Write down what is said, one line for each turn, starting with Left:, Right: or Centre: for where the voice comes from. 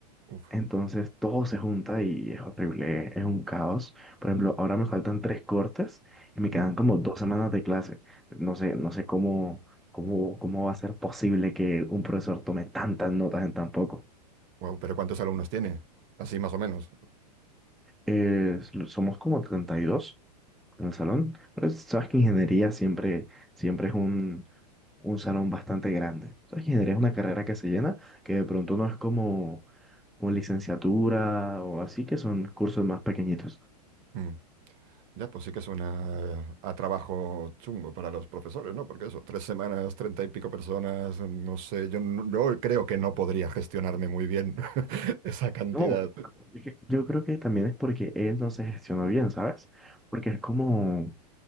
Right: uf,
Centre: Entonces todo se junta y es horrible, es un caos. Por ejemplo,
Right: mm,
Centre: ahora me faltan tres cortes y me
Right: mm,
Centre: quedan como dos semanas de clase. No sé, no sé cómo, cómo, cómo va a ser posible que un profesor tome tantas notas en tan poco.
Right: pero ¿cuántos alumnos tiene? Así más o menos.
Centre: Eh, s- somos como 32 en el salón, pero es- sabes que ingeniería siempre, siempre es un, un salón bastante grande. Sabes que ingeniería es una carrera que se llena, que de pronto no es como, como licenciatura o así, que son cursos más pequeñitos.
Right: Mm. Ya, pues sí que suena a trabajo chungo para los profesores, ¿no? Porque eso, tres semanas, treinta y pico personas, no sé, yo, no- yo creo que no podría gestionarme muy bien <laughs> esa cantidad.
Centre: No, es que yo creo que también es porque él no se gestionó bien, ¿sabes? Porque es como,